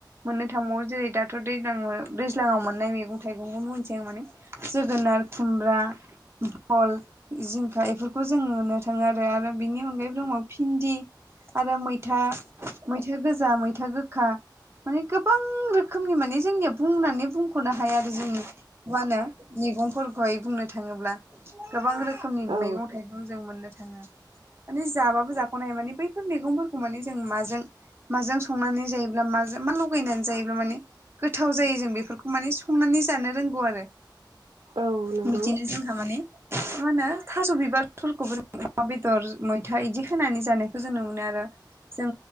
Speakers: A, on the right; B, on the right.
A: मोननो थांबावो जेरै दाथ' दैज्लां दैज्लाङाव मोननाय मैगं थाइगंखौबो मोनसे आं माने जोगोनार खुमब्रा बल जिंखा बेफोरखौ जों नुनो थाङो आरो आरो बिनि अनगायै दङ भिन्दि आरो मैथा मैथा गोजा, मैथा गोखा माने गोबां रोखोमनि माने जोंनिया बुंनानै बुंख'नो हाया आरो जोंनि मा होनो मैगंफोरखौहाय बुंनो थांङोब्ला गोबां रोखोमनि
B: औ
A: मैगं जों मोननो थांङा माने जाबाबो जाख'नो हाया माने बैफोर मैगंफोरखौ माने जों माजों माजों संनानै जायोब्ला माजों मा लगायनानै जायोब्ला माने गोथाव जायो जों बेफोरखौ माने संनानै जानो रोंगौ आरो।
B: औ नंगौ
A: बिदिनो जोंहा माने मा होनो थास' बिबार <inaudible> अमा बेदर मैथा इदि होनानै जानायखौ जों नु मोनो आरो जों